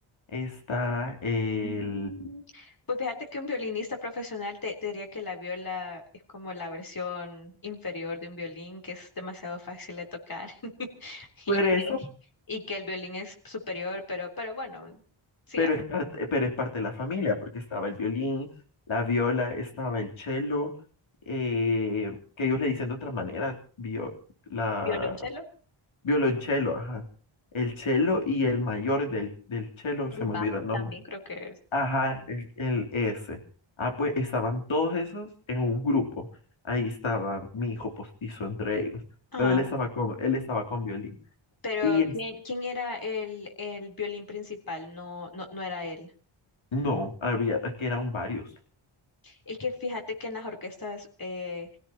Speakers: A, on the left (about 70°); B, on the left (about 45°).
A: está el...
B: Mm, Pues fíjate que un violinista profesional te, te diría que la viola es como la versión inferior de un violín que es demasiado fácil de tocar <laughs>
A: Pero
B: y
A: eso,
B: que, y que el violín es superior, pero, pero bueno, sigamos.
A: pero es parte, pero es parte de la familia, porque estaba el violín, la viola, estaba el cello, eh, que ellos le dicen de otra manera, vio- la,
B: Violonchelo,
A: violonchelo, ajá. El cello y el mayor del, del cello,
B: el
A: se
B: bajo
A: me olvidó el nombre.
B: también creo que es.
A: Ajá, el, el ese. Ah, pues estaban todos esos en un grupo. Ahí estaba mi hijo postizo entre ellos,
B: Ah,
A: pero él estaba con, él estaba con violín.
B: pero
A: Y es-
B: ¿quién, quién era el, el violín principal? No, no, no era él.
A: no, había, es que eran varios.
B: Es que fíjate que en las orquestas eh,